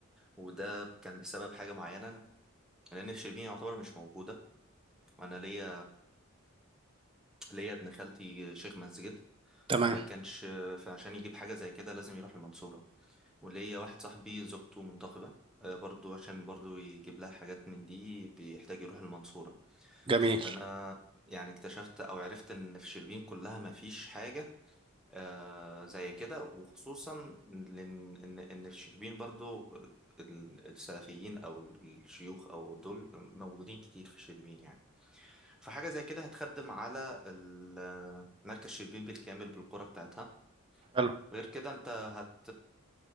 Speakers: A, in the centre; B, on the right.
A: وده كان بسبب حاجة معينة أنا لأن في شربين يعتبر مش موجودة أنا ليا ليا ابن خالتي شيخ مسجد
B: تمام
A: فكانش فعشان يجيب حاجة زي كده لازم يروح المنصورة وليا واحد صاحبي زوجته منتقبة آه، برضو عشان برضو يجيب لها حاجات من دي بيحتاج يروح المنصورة
B: جميل
A: فأنا يعني اكتشفت أو عرفت إن في شربين كلها مفيش حاجة آه زي كده وخصوصا لأن إن إن الشربين برضو آه، ال- السلفيين أو الشيوخ أو دول موجودين كتير في الشربين يعني فحاجة زي كده هتخدم على ال- آه، مركز شربين بالكامل بالقرى بتاعتها
B: حلو
A: غير كده أنت هت